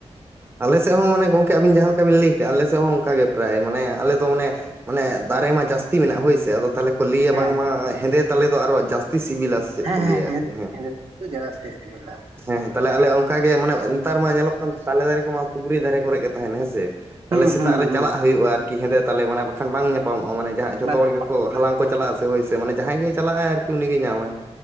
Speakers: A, on the right; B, on the right.
A: ᱟᱞᱮ ᱥᱮᱫ ᱦᱚᱸ ᱢᱟᱱᱮ ᱜᱚᱝᱠᱮ ᱟᱹᱵᱤᱱ ᱡᱟᱦᱟᱸ ᱞᱮᱠᱟ ᱵᱤᱱ ᱞᱟᱹᱭ ᱠᱮᱜᱼᱟ ᱟᱞᱮ ᱥᱮᱫ ᱦᱚᱸ ᱚᱱᱠᱟ ᱜᱮ ᱯᱨᱟᱭ ᱢᱟᱱᱮ ᱟᱞᱮᱫᱚ ᱢᱟᱱᱮ᱾ ᱢᱟᱱᱮ ᱫᱟᱨᱮ ᱢᱟ ᱡᱟᱹᱥᱛᱤ ᱢᱮᱱᱟᱜᱼᱟ ᱦᱳᱭᱥᱮ ᱟᱫᱚ᱾ ᱛᱟᱦᱚᱞᱮ ᱠᱚ ᱞᱟᱹᱭᱟ
B: ᱦᱮᱸ
A: ᱵᱟᱝᱢᱟ ᱦᱮᱸᱫᱮ ᱛᱟᱞᱮᱫᱚ ᱟᱨᱚ ᱡᱟᱹᱥᱛᱤ ᱥᱤᱵᱤᱞᱟ᱾ ᱪᱮᱫ
B: ᱦᱮᱸ
A: ᱠᱚ ᱞᱟᱹᱭᱟ ᱟᱨᱠᱤ
B: ᱦᱮᱸ ᱡᱟᱥᱛᱤ ᱥᱤᱵᱤᱞᱟ ᱾
A: ᱦᱮᱸ ᱛᱟᱦᱚᱞᱮ ᱟᱞᱮ ᱚᱱᱠᱟ ᱜᱮ ᱢᱟᱱᱮ ᱱᱮᱛᱟᱨ ᱢᱟ ᱧᱮᱞᱚᱜ ᱠᱟᱱ ᱛᱟᱞᱮ ᱫᱷᱟᱨᱮ ᱠᱚ ᱢᱟ ᱯᱩᱠᱷᱨᱤ ᱫᱷᱟᱨᱮ ᱠᱚᱨᱮᱜ ᱜᱮ ᱛᱟᱦᱮᱱᱟ ᱦᱮᱸ ᱥᱮ᱾ ᱛᱟᱦᱞᱮ
B: ᱦᱩᱸ
A: ᱥᱮᱛᱟᱜ
B: ᱦᱩᱸ
A: ᱨᱮ
B: ᱦᱩᱸ
A: ᱪᱟᱞᱟᱜ ᱦᱩᱭᱩᱜᱼᱟ ᱟᱨᱠᱤ ᱦᱮᱸᱫᱮ ᱛᱟᱞᱮ ᱢᱟᱱᱮ ᱵᱟᱠᱷᱟᱱ ᱵᱟᱝ ᱧᱟᱯᱟᱢᱚᱜᱼᱟ ᱢᱟᱱᱮ ᱡᱟᱦᱟᱸ ᱡᱚᱛᱚ
B: ᱵᱟᱝ
A: ᱦᱚᱲ ᱜᱮᱠᱚ
B: ᱵᱟᱝ
A: ᱦᱟᱞᱟᱝ᱾ ᱠᱚ ᱪᱟᱞᱟᱜᱼᱟ ᱥᱮ ᱦᱳᱭᱥᱮ ᱢᱟᱱᱮ ᱡᱟᱦᱟᱸᱭ ᱜᱮᱭ ᱪᱟᱞᱟᱜᱼᱟᱭ ᱟᱨᱠᱤ ᱩᱱᱤ ᱜᱮ ᱧᱟᱢᱟᱭ